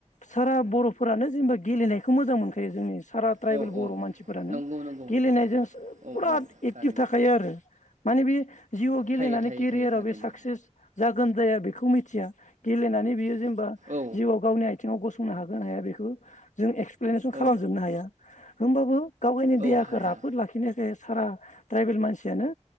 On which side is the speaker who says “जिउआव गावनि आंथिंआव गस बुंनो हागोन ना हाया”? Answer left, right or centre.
Left